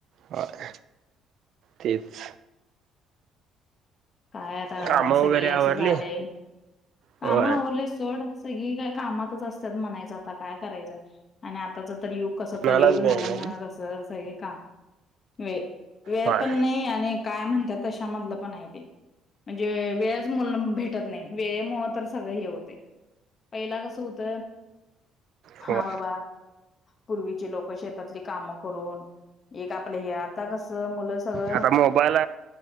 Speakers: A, on the right; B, on the left.
A: होय तेच
B: काय आता
A: काम वगैरे
B: सगळी
A: आवरली
B: असं झालय, काम
A: होय
B: आवरलेत सोड. सगळी काय कामातच असत्यात म्हणायचं आता काय करायचंय आणि आताच तर यु कसं कलयुग
A: मलाच
B: झाल्यामुळ
A: वेळ नाही
B: कसं अस हे का वे वेळ
A: होय
B: पण नाही आणि काय म्हणतात तशामधल पण आहे ते म्हणजे वेळच मु भेटत नाही वेळेमुळ तर सगळ हे होतय पहिला कस होत हा
A: होय
B: बाबा पूर्वीची लोकं शेतातली कामं करून एक आपलं हे आता कस मुलं सगळं
A: आता मोबाईल